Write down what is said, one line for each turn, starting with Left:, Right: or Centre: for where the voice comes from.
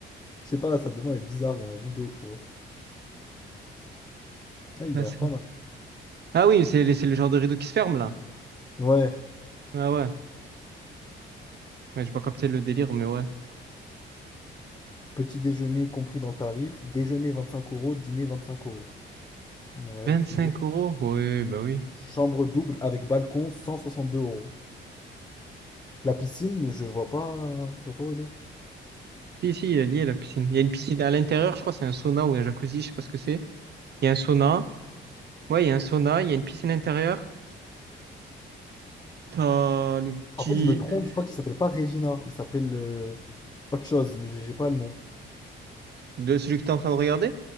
Left: Je sais pas, la salle de bain est bizarre, il y a un rideau, tu vois. Ah, il
Right: Là,
Left: a
Right: c'est
Left: l'air pas
Right: le-
Left: mal.
Right: Ah oui, c'est le c'est le genre de rideau qui se ferme, là.
Left: Ouais.
Right: Ah ouais. Ouais, j'ai pas capté le délire, mais ouais.
Left: Petit déjeuner compris dans le tarif. Déjeuner 25 euros, dîner 25 euros. Ouais,
Right: vingt
Left: ok.
Right: cinq euros? Oui, bah oui.
Left: Chambre double avec balcon, 162 euros. La piscine, je vois pas, je vois pas où elle est.
Right: Si, si, il est lié, la piscine. Il y a une piscine à l'intérieur, je crois, c'est un sauna ou un jacuzzi, je sais pas ce que c'est. Il y a un sauna. Ouais, il y a un sauna, il y a une piscine intérieure. T'as le petit...
Left: En fait, je me trompe,
Right: euh,
Left: je crois qu'il s'appelle pas Regina, il s'appelle euh, autre chose, mais j'ai j'ai pas le nom.
Right: de celui que t'es en train de regarder?